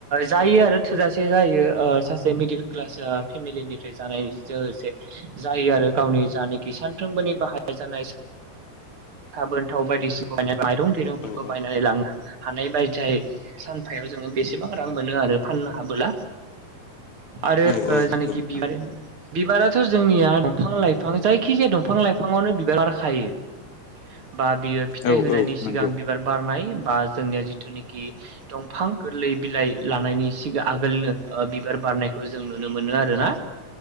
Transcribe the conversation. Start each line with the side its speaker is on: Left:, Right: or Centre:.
Right: जायो आरो थोजासे जायो ओ-सासे मेडकेल <unintelligible> फेमिलिनिफ्राय जानाय <unintelligible> जायो आरो गावनि जानाखि सानफ्रोमबोनि बाहाय <unintelligible> साबोनथाव बायदि <unintelligible> माइरं दैरंफोरखौ
Left: औ
Right: बायनानै लाङो। हानाय <unintelligible> सानफायाव जोङो बेसेबां रां मोनो आरो फाननो हाबोला आरो ओ
Left: औ औ
Right: जायनाखि
Left: नंगौ नोंथां
Right: <unintelligible> बिबाराथ' जोंनिया दंफां लाइफां जायखिजाया दंफां लाइफाङावनो बिबार बारखायो। बा बियो फिथाइ
Left: औ
Right: होनायनि
Left: औ
Right: सिगां
Left: नंगौ
Right: बिबार बारनाय बा जोंनिया जिथुनिखि दंफां गोरलै बिलाइ लानायनि सिगां आगोलनो ओ बिबार बारनाय खौ जों नुनो मोनो आरोना